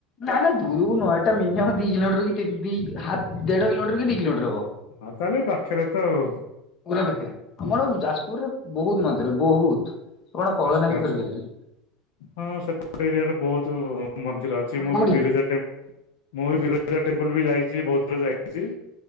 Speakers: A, on the left; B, on the left.
A: ନା ନା ଦୂରକୁ ନୁହଁ ଏଇା ମିନିମମ ଦି କିଲୋମିଟର କି ଦି ହାତ ଦେଢ କିଲୋମିଟର କି ଦି କିଲୋମିଟର ହବ।
B: ହଁ ତାହେଲେ ପାଖରେ ତ ଆଉ।
A: ପୁରା ପାଖରେ ଆମର ଯାଜପୁରରେ ବହୁତ ମନ୍ଦିର ବହୁତ। ଆପଣ କଳନା
B: ଆଛା
A: ବି କରିପାରିବେନି।
B: ଆଛା ହଁ ସେପଟ ଏରିଆ ର ବହୁତ ମନ୍ଦିର ଅଛି
A: ଆପଣ
B: ମୁଁ
A: କୋଉଠି
B: ବି ବିରଜା
A: ଆପଣ
B: ଟ ମୁଁ ବିରଜା ଟେମ୍ପଲ ବି ଯାଇଛି ବହୁତ ଥ ଯାଇ ଆଜି